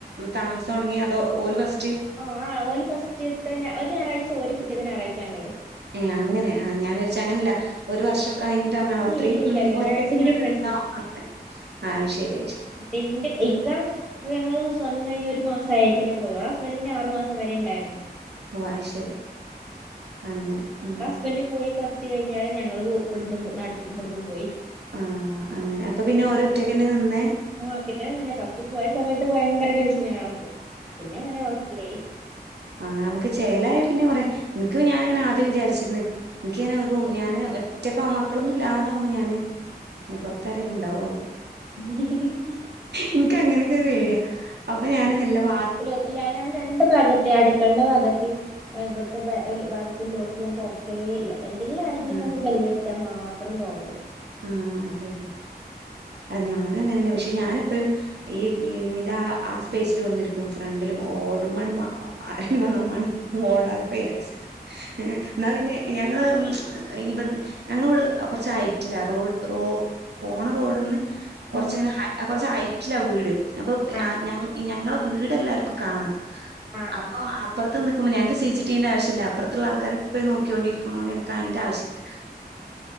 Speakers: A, on the right (about 85°); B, on the right (about 15°).
A: താമസം തുടങ്ങിയ അതോ ഓല് ഫസ്റ്റ്
B: ആ, ഒല് ഫസ്റ്റ് തന്ന ഒരുഞായറാഴ്ച ഒര് പിറ്റത്തെ ഞായറാഴ്ച ഞങ്ങൾ.
A: ഉം'അങ്ങനെ. ആ ഞാൻ വിചാരിച്ചു അങ്ങനെയല്ല. ഒരു വർഷം കഴിഞ്ഞതവണ രാത്രി
B: ഏയ് ഇല്ല ഇല്ല ഇല്ല
A: ഒറ്റക്ക്
B: ഒരാഴ്ചന്റെ
A: ഇങ്ങനെ
B: ഡിഫറൻസിലാ
A: നിന്നോ അങ്ങനെ <unintelligible> ആഹ അത്ശരിയ അത് ശരി.
B: എന്റെ കൈക്ക അ, ഞ്ഞങ്ങൾ ഹൗസ് വമിങ് കഴിഞ്ഞ് ഒരു മാസ ആയെക്കനെ പോയി. ഓളെ ഹസ്ബൻന്റ് പിന്നെ ആർ മാസം വരെ ഉണ്ടായിരുന്നു.
A: ഓ, അത്ശരി, അങ്ങനെ ഉം.
B: ഹസ് ബന്റ്പോയി കുറച്ച് കഴിഞ്ഞേരം ഞങ്ങൾ ഇവിടുന്നും നാട്ടിൽ ഇവിടന്നും പോയി.
A: ആ, അപ്പോ പിന്നെ ഓരോ ഒറ്റക്കന്നെ നിന്നേ.
B: ആ, ഒറ്റയ്ക്കെന്നേ നിന്നിനെ. ഫസ്റ്റ് പോയ സമയത്തൊക്കെ ഭയങ്കര ടെൻഷൻ ആ ആൾക്ക്. പിന്നെ അങ്ങനെ ഓക്കായി.
A: ആ, ന മുക്ക് ചേലായ പിന്നെ കുറെ. എനിക്കും ഞാനങ്ങനെ ആദ്യം വിചാരിച്ചിന്ന് എനിക്കങ്ങനെ ഒരു റും. ഞാന് ഒറ്റക്ക മക്കളൊന്നും ഇല്ലഅതാകുമ്പോ ഞാൻ. പുറത്താരേലും ഉണ്ടാവാവോ?
B: അക്ക <inaudible> <unintelligible>
A: എനിക്ക അങ്ങനെയൊക്കെ ഒരു പേടിയ. അപ്പോ ഞാൻ വല്ലവ
B: ഇല്ല ഞങ്ങൾ രണ്ട് ന്റെ ഭാഗത്തെ അടുക്കളണ്ട ഭാഗത്തെയ ഇവിടുത്തെ ഭാഗത്ത ലോക്ക് ഞാൻ തുറക്കലേ ഇല്ല. എന്തെങ്കിലും ആരെങ്കിലും
A: ആഹ്
B: വന്ന് ബെല്ലടിച്ചാ മാത്രം തോറന്നിടും.
A: ഉം അതെതെ. അത് ഞാനും അങ്ങനെന്നെ. പക്ഷെ ഞൻ എപ്പഴും ഈ ലിവിങ്ങിന്റെ ആ ആ സ്പേസില് വന്നിരിക്കും. ഫ്രണ്ടിലും ഓടുമ്പമാണ് ആരും വന്ന മ ഓടാൻ പോയ വിചരിച്ചിട്ട് എന്നാൽ പിന്നെ ഞങ്ങൾ ഇവിടുന്ന് ഞങ്ങളിവിടെ കുറച്ചായി റ്റില. റോ റോപോണ റോഡ്ന്ന് കുറച്ചിങ്ങനെ
B: ആ
A: കുറച്ച് ഹൈറ്റില്ല വീട് അത്.
B: ആ
A: ഞ ഞങ്ങളെ വീട് എല്ലാർക്കും കാണാം.
B: ആ
A: അപ്പൊ
B: ആ
A: അപ്പറ ത്ത്നിക്കുമ്പോളെ ഞങ്ങൾക്ക് സിസി ടിവിന്റെ ആവ്യമില്ല. അപറത്ത്ള്ള ആൾക്കാര എപ്പോഴുംനോക്കോണ്ടിരിക്കണണ്ട് ഞങ്ങക്ക്ക്ക് അതിന്റെ ആവശ്യല്ല